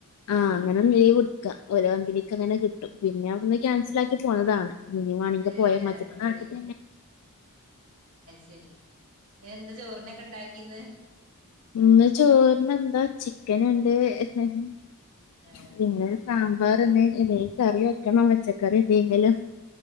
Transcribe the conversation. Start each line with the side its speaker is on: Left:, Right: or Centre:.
Left: ആഹ് അങ്ങനെ ലീവ് ട്ക്കാ ഓരോ കമ്പനിക്ക് അങ്ങനെ കിട്ടും പിന്നെ അവിട്ന്ന് ക്യാൻസിലാക്കി പോന്നതാണ്. ഇഞ്ഞിവാണങ്കി
Right: ഏ
Left: പോയാമതി
Right: അയ്ശരി
Left: ച്ട്ട
Right: ശരി എന്ത് ചോറിനൊക്കെ ഉണ്ടാക്കിന്ന്.
Left: ഇന്ന് ചോറിനന്താ ചിക്കന്ണ്ട് ഹ് ഹ്.
Right: ഏ
Left: പിന്നെ സാമ്പാർ ഇണ്ട് എന്തേലും കറി വെക്കണം പച്ചക്കറി എന്തെങ്കിലും.